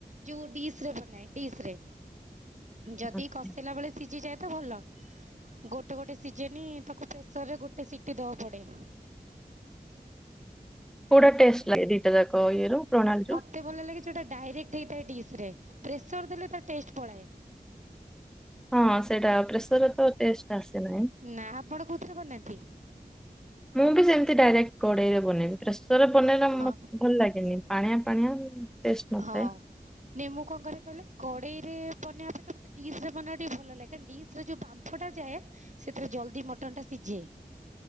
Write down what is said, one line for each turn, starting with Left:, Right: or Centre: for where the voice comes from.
Right: ଯଉ ଡିସ ରେ ବନାଏ ଡିସରେ ଯଦି
Centre: ଆଚ୍ଛା।
Right: କଷେଇଲା ବେଳେ ସିଝିଯାଏ ତ ଭଲ ଗୋଟେ ଗୋଟେ ସିଝେନି ତାକୁ ପ୍ରେସରରେ ଗୋଟେ ସିଟି ଦେବା ପଡ଼େ।
Centre: କୁଟା ଟେଷ୍ଟ ଲାଗେ ଦିଟା ଯାକ ଇଏରୁ ଜଣାନ୍ତୂ।
Right: ମୋତେ ଭଲ ଲାଗେ ଯେଉଁଟା ଡାଇରେକ୍ଟ ହେଇଥାଏ ଡିସ୍ରରେ ପ୍ରେସର ଦେଲେ ତା ଟେଷ୍ଟ ପଳାଏ।
Centre: ହଁ ସେଇଟା ପ୍ରେସର ର ତ ଟେଷ୍ଟ ଆସେନାହି।
Right: ନା ଆପଣ କୋଉଥିରେ ବନାନ୍ତି?
Centre: ମୁଁ ବି ସେମିତି ଡାଇରେକ୍ଟ କଡ଼େଇରେ ବନେଇବି ପ୍ରେସରରେ ବନେଇଲେ
Right: ହଁ
Centre: ମତେ ଭଲ ଲାଗେନି ପାଣିଆ ପାଣିଆ। ଟେଷ୍ଟ ନଥାଏ
Right: ହଁ। ନେ ମୁ କଣ କ କହିଲେ କଡେଇରେ ବନେଇବାପେକ୍ଷା ମତେ ଡିସରେ ବନେଇବା ଟିକେ ଭଲ ଲାଗେ କ ଡିସ ରେ ଯୋଉ ବା ମ୍ଫଟା ଯାଏ ସେଥିରେ ଜଲ୍ଦି ମଟନଟା ସିଝେ।